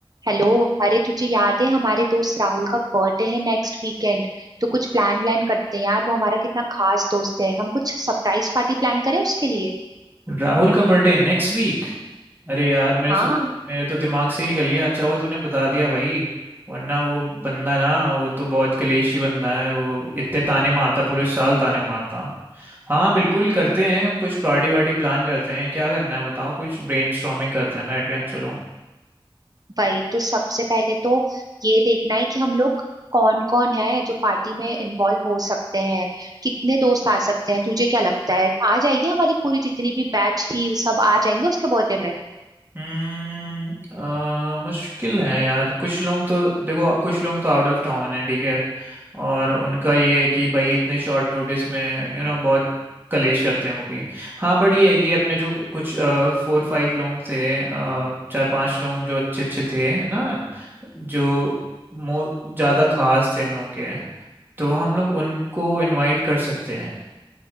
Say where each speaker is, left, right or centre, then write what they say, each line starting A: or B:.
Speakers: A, on the right; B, on the right.
A: Hello अरे तुझे याद है हमारे दोस्त राहुल का बर्थडे है नेक्स्ट वीकेंड तो कुछ प्लान व्लान करते हैं यार वो हमारा कितना खास दोस्त है हम कुछ सरप्राइज पार्टी प्लान करें उसके लिए
B: राहुल का birthday next week अरे यार मेरे
A: हाँ
B: से तो, मेरे तो दिमाग से ही निकल गया अच्छा हुआ तूने बता दिया भाई वरना वो बंदा ना वो तो बहुत कलेशी बंदा है वो इतने ताने मारता पूरे साल ताने मारता हाँ बिल्कुल करते हैं कुछ पार्टी वार्टी प्लान करते हैं क्या करना है बताओ कुछ ब्रेनस्टॉर्मिंग करते हैं बैठ के चलो
A: वही तो सबसे पहले तो ये देखना है कि हम लोग कौन कौन है जो पार्टी में इन्वॉल्व हो सकते हैं कितने दोस्त आ सकते हैं तुझे क्या लगता है आ जाएगी हमारी पूरी जितनी भी बैच थी वो सब आ जाएंगे उसके बर्थडे में
B: हम्म आ, मुश्किल है यार कुछ लोग तो देखो कुछ लोग तो आउट ऑफ टाउन है ठीक है और उनका ये है कि भाई इतने शॉर्ट नोटिस में यू you नो know, बहुत कलेश करते हैं वो भी हाँ बट ये है कि अपने जो कुछ फोर फाइव लोग थे अ, चार पांच लोग जो अच्छे अच्छे थे है ना जो मो ज़्यादा खास थे हम लोग के तो हम लोग उनको इनवाइट कर सकते हैं